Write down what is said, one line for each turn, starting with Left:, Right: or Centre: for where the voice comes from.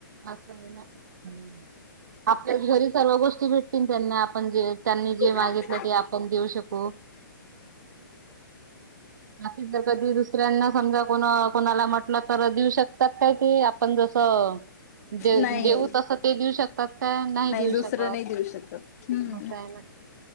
Right: असं नाही आपल्या घरी सर्व गोष्टी भेटतील त्यांना आपण जे त्यांनी जे
Left: हा
Right: मागितलं ते आपण देऊ शकू बाकी जर कधी दुसऱ्यांना समजा कोण कोणाला म्हटलं तर देऊ शकतात काय ते आपण जसं
Left: नाही
Right: देऊ तस ते देऊ शकतात का नाही देऊ
Left: दुसरं
Right: शकत
Left: नाही देऊ हम्म
Right: असं आहे ना